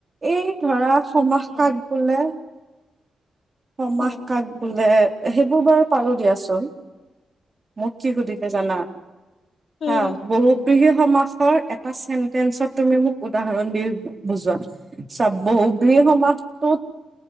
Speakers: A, on the right (about 35°); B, on the left (about 70°).
A: এই ধৰা সমাহ
B: তাকে
A: কাক বোলে? সমাহ
B: উম,
A: কাক বোলে? সেইবোৰ বাৰু পাৰো দিয়াচোন। মোক কি সুধিলে জানা!
B: উম,
A: হা' বহু- বিশেষ সমাসৰ এটা চেন্টেসত তুমি মোক উদাহৰণ দি বুজোৱা? চাব বিশেষ সমাজটোত